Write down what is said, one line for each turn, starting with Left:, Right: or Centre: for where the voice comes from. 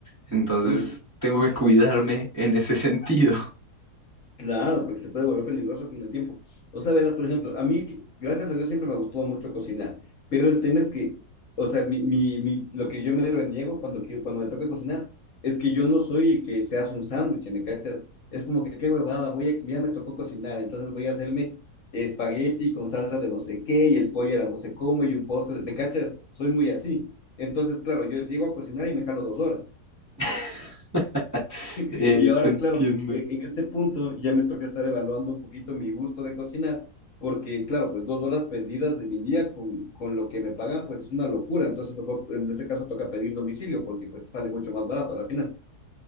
Right: Entonces
Left: Uy,
Right: tengo que cuidarme en ese sentido.
Left: Claro, porque se puede volver peligroso con el tiempo. O sea, verás, por ejemplo, a mí, gracias a Dios, siempre me gustó mucho cocinar, pero el tema es que, o sea, mi, mi, mi- lo que yo me reniego cuando, quiero, cuando me toca cocinar es que yo no soy el que se hace un sándwich, ¿me cachas? Es como que qué huevada, voy a, ya me tocó cocinar, entonces voy a hacerme espagueti con salsa de no sé qué y el pollo era no sé cómo y un postre, de- ¿me cachas? Soy muy así. Entonces, claro, yo llego a cocinar y me jalo dos horas.
Right: <laughs>
Left: Y
Right: Eh,
Left: ahora,
Right: te entiendo.
Left: claro, pues e- en este punto ya me toca estar evaluando un poquito mi gusto de cocinar, porque, claro, pues dos horas perdidas de mi día con, con lo que me pagan, pues es una locura. Entonces, mejor en este caso toca pedir domicilio, porque pues sale mucho más barato a la final.